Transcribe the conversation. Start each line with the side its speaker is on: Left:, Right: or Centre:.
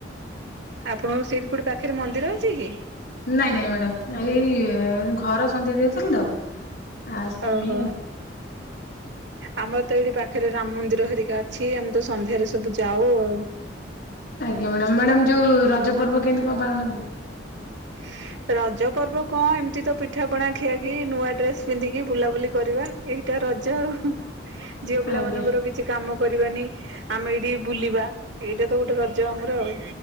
Right: ଆପଣଙ୍କ ସିଇଟିକୋଉଟି ପାଖରେ ମନ୍ଦିର ଅଛି କି?
Left: ନାଇଁ ନାଇଁ ମ୍ୟାଡ଼ାମ ଏଇ ଘର ସନ୍ଧ୍ୟା ଦେଉଥିଲି ତ। ଆ ସେଥିପାଇଁ
Right: ଓହୋ। ଆମର ତ ଏଇଟି ପାଖରେ ରାମ ମନ୍ଦିର ହରିକା ଅଛି ଆମେ ତ ସନ୍ଧ୍ୟାରେ ସବୁ ଯାଉ ଆଉ।
Left: ଆଜ୍ଞା ମ୍ୟାଡାମ ମ୍ୟାଡାମ ଯୋଉ ରଜ ପର୍ବ କେମିତି କଣ ପାଳନ କଲେ।
Right: <inaudible> ରଜ ପର୍ବ କଁ ଏମତି ତ ପିଠା ପଣା ଖିଆ କି ନୂଆ ଡ୍ରେସ ପିନ୍ଧିକି ବୁଲାବୁଲି କରିବା। ଏଇଟା ରଜ ଆଉ। ଝିଅ ପିଲାମାନଙ୍କର
Left: ଆଜ୍ଞା
Right: କିଛି କାମ କରିବାନି ଆମେ ଏଇଟି ବୁଲିବା ଏଇଟା ତ ଗୋଟେ ରଜ। ଆମର ଆଉ।